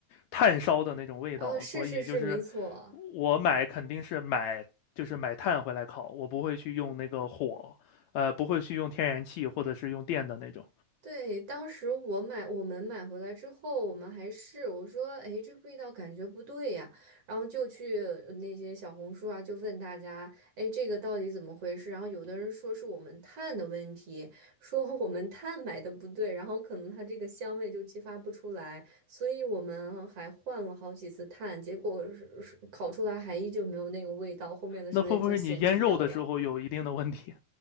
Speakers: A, on the left; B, on the right.
A: 炭烧的那种味道，
B: 啊，是是是，
A: 所以就是
B: 没错。
A: 我买肯定是买就是买炭回来烤，我不会去用那个火，呃，不会去用天然气或者是用电的那种。
B: 对，当时我买，我们买回来之后，我们还试，我说，哎，这味道感觉不对呀，然后就去呃那些小红书啊，就问大家，哎，这个到底怎么回事？然后有的人说是我们碳的问题，说 <laughs> 我们碳买的不对，然后可能它这个香味就激发不出来，所以我们还换了好几次碳，结果是是烤出来还依旧没有那个味道，后面的时候也就闲置掉了。
A: 那会不会你腌肉的时候有一定的问题？